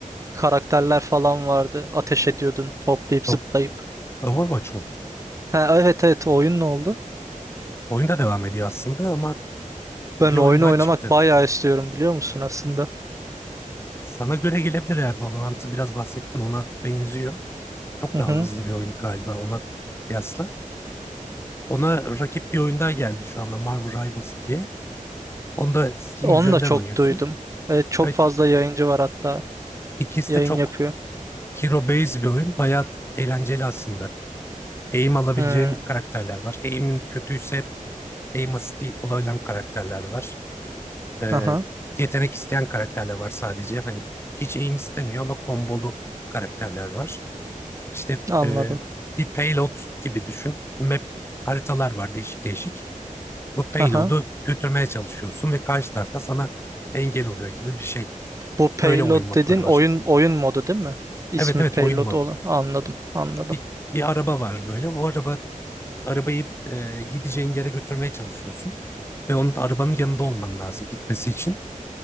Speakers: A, on the right (about 20°); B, on the left (about 20°).
A: karakterler falan vardı. Ateş ediyordun hoplayıp
B: O-
A: zıplayıp.
B: Overwatch mu?
A: Ha, evet evet o oyun ne oldu?
B: Oyunda devam ediyor aslında ama
A: Ben
B: Bir
A: o
B: oyun
A: oyunu
B: daha
A: oynamak
B: çıktı.
A: bayağı istiyorum biliyor musun aslında?
B: Sana göre gelebilir eğer Valorant'ı biraz bahsettin ona benziyor. Çok
A: Hı
B: daha
A: hı.
B: hızlı bir oyun galiba ona kıyasla. Ona rakip bir oyun daha geldi şu anda Marvel Rivals diye. Onu da Steam
A: Onu
B: üzerinden
A: da çok
B: oynuyorsun.
A: duydum. Evet, çok
B: Evet,
A: fazla yayıncı var hatta.
B: ikisi
A: Yayın
B: de çok
A: yapıyor.
B: hero based bir oyun. Bayağı eğlenceli aslında. Aim alabileceğin
A: Hmm.
B: karakterler var. Aim'in kötüyse aim assist'i olabilen karakterler var. Ee,
A: Aha,
B: yetenek isteyen karakterler var sadece. Hani hiç aim istemiyor ama kombolu karakterler var. İşte
A: anladım.
B: e, bir payload gibi düşün. Map haritalar var değişik değişik. Bu payload'u
A: Aha.
B: götürmeye çalışıyorsun ve karşı tarafta sana engel oluyor gibi bir şey.
A: Bu
B: Öyle
A: payload
B: oyun modları
A: dedin
B: var.
A: oyun oyun modu değil mi? İsmi
B: Evet evet
A: payload
B: oyun modu.
A: olan. Anladım, anladım.
B: Bir, bir araba var böyle. O araba arabayı e, gideceğin yere götürmeye çalışıyorsun. Ve onun arabanın yanında olman lazım gitmesi için.